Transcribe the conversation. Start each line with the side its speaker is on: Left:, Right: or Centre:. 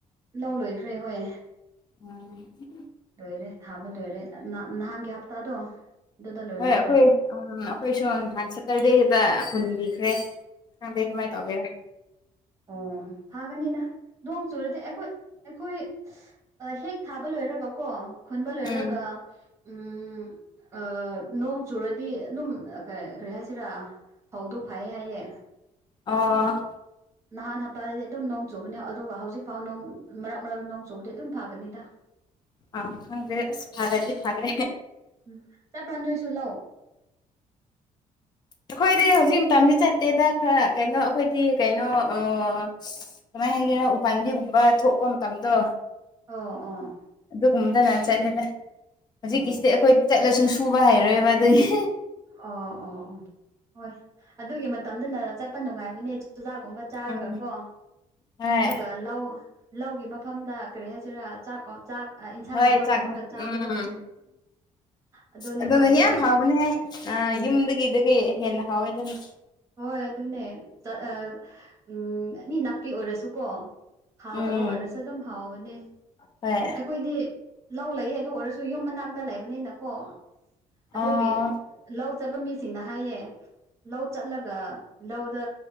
Right: ꯂꯧ ꯂꯣꯏꯈ꯭ꯔꯦ ꯍꯣꯏ
Left: ꯑꯣ
Right: ꯂꯣꯏꯔꯦ ꯊꯥꯕ ꯂꯣꯏꯔꯦ ꯑꯥꯅꯥꯞ ꯅꯍꯥꯟꯒꯤ ꯍꯞꯇꯥꯗꯣ ꯑꯗꯨꯗ ꯂꯣꯏꯕꯤꯈ꯭ꯔꯦ
Left: ꯍꯣꯏ ꯑꯩꯈꯣꯏ ꯎꯝ ꯑꯩꯈꯣꯏꯁꯨ ꯅꯍꯥꯟ ꯁꯇꯔꯗꯦꯒꯤꯗ ꯍꯨꯟꯕꯤꯈ꯭ꯔꯦ ꯈꯪꯗꯦ ꯀꯃꯥꯏ ꯇꯧꯒꯦꯔ
Right: ꯑꯣꯝ ꯐꯥꯒꯅꯤꯗ ꯅꯣꯡ ꯆꯨꯔꯗꯤ ꯑꯩꯈꯣꯏ ꯑꯩꯈꯣꯏ ꯑꯥ ꯍꯦꯛ ꯊꯥꯕ ꯂꯣꯏꯔꯒꯀꯣ ꯈꯨꯟꯕ ꯂꯣꯏꯔꯒ
Left: ꯎꯝ
Right: ꯎꯝ ꯑꯥ ꯅꯣꯡ ꯆꯨꯔꯗꯤ ꯑꯗꯨꯝ ꯑꯥ ꯀꯩ ꯀꯔꯤ ꯍꯥꯏꯁꯤꯔꯥ ꯐꯧꯗꯣ ꯐꯩꯌꯦ ꯍꯥꯏꯌꯦ
Left: ꯑꯣ
Right: ꯅꯍꯥꯟ ꯍꯞꯇꯥꯗꯗꯤ ꯑꯗꯨꯝ ꯅꯣꯡ ꯆꯨꯕꯅꯦ ꯑꯗꯨꯒ ꯍꯧꯖꯤꯛꯐꯥꯎ ꯅꯣꯡ ꯃꯔꯛ ꯃꯔꯛ ꯅꯣꯡ ꯆꯨꯕꯗꯤ ꯑꯗꯨꯝ ꯐꯥꯒꯅꯤꯗ
Left: ꯑꯥ ꯈꯪꯗ꯭ꯔꯦ ꯑꯁ ꯐꯔꯗꯤ ꯐꯔꯦ
Right: ꯎꯝ ꯆꯠꯄ꯭ꯔꯥ ꯅꯣꯏꯁꯨ ꯂꯧ
Left: ꯑꯈꯣꯏꯗꯤ ꯍꯧꯖꯤꯛ ꯃꯇꯝꯗꯤ ꯆꯠꯇꯦꯗ ꯈꯔ ꯀꯩꯅꯣ ꯑꯩꯈꯣꯏꯗꯤ ꯀꯩꯅꯣ ꯑꯥ ꯀꯃꯥꯏ ꯍꯥꯏꯒꯦꯔ ꯎꯄꯥꯥꯟꯕꯤꯒꯨꯝꯕ ꯊꯣꯛꯄ ꯃꯇꯝꯗꯣ
Right: ꯑꯣ ꯑꯣꯥ
Left: ꯑꯗꯨꯒꯨꯝꯕꯗꯅ ꯆꯠꯂꯦꯗ ꯍꯧꯖꯤꯛꯀꯤꯁꯤꯗꯤ
Right: ꯑꯣ
Left: ꯑꯩꯈꯣꯏꯗꯤ ꯆꯠꯂꯁꯨ ꯁꯨꯕ ꯍꯩꯔꯣꯏꯕ ꯑꯗꯨꯒꯤ
Right: ꯑꯣ ꯑꯣ ꯑꯣ ꯍꯣꯏ ꯑꯗꯨꯒꯤ ꯃꯇꯝꯗꯨꯅ ꯆꯠꯄ ꯅꯨꯡꯉꯥꯏꯕꯅꯦ ꯆꯨꯖꯥꯛꯀꯨꯝꯕ ꯆꯥꯔꯒ
Left: ꯎꯝ
Right: ꯀꯣ
Left: ꯍꯣꯏ
Right: ꯑꯗꯨꯒ ꯂꯧ ꯂꯧꯒꯤ ꯃꯐꯝꯗ ꯀꯔꯤ ꯍꯥꯏꯁꯤꯔꯥ ꯆꯥꯛꯀꯣꯟ ꯆꯥꯛ ꯑꯥ ꯏꯟꯁꯥꯡꯒꯨꯝꯕ
Left: ꯍꯣꯏ ꯆꯥꯛ
Right: ꯊꯣꯡꯔꯒ ꯆꯥꯕꯗꯣ
Left: ꯎꯝ
Right: ꯑꯗꯨꯅꯦ
Left: ꯑꯗꯨꯅ
Right: ꯈ꯭ꯋꯥꯏꯗꯩ
Left: ꯌꯥꯝ
Right: ꯍꯥꯎꯕ
Left: ꯍꯥꯎꯕꯅꯦ ꯑꯥ
Right: ꯎꯝ
Left: ꯌꯨꯝꯗꯒꯤꯗꯒꯤ ꯍꯦꯟꯅ ꯍꯥꯎꯋꯦꯗꯨꯅ
Right: ꯍꯣꯏ ꯑꯗꯨꯅꯦ ꯆꯠ ꯑꯥ ꯎꯝ ꯑꯅꯤ ꯅꯥꯄꯤ ꯑꯣꯏꯔꯁꯨꯀꯣ ꯍꯥꯎꯇꯕ
Left: ꯎꯝ
Right: ꯑꯣꯏꯔꯁꯨ ꯑꯗꯨꯝ ꯍꯥꯎꯕꯅꯦ
Left: ꯍꯣꯏ
Right: ꯑꯩꯈꯣꯏꯒꯤ ꯂꯧ ꯂꯩꯌꯦ ꯑꯗꯨ ꯑꯣꯏꯔꯁꯨ ꯌꯨꯝ ꯃꯅꯥꯛꯇ ꯂꯩꯕꯅꯦꯅꯀꯣ ꯑꯗꯨꯒꯤ
Left: ꯑꯣ
Right: ꯂꯧ ꯆꯠꯄ ꯃꯤꯁꯤꯡꯅ ꯍꯥꯏꯌꯦ ꯂꯧ ꯆꯠꯂꯒ ꯂꯧꯗ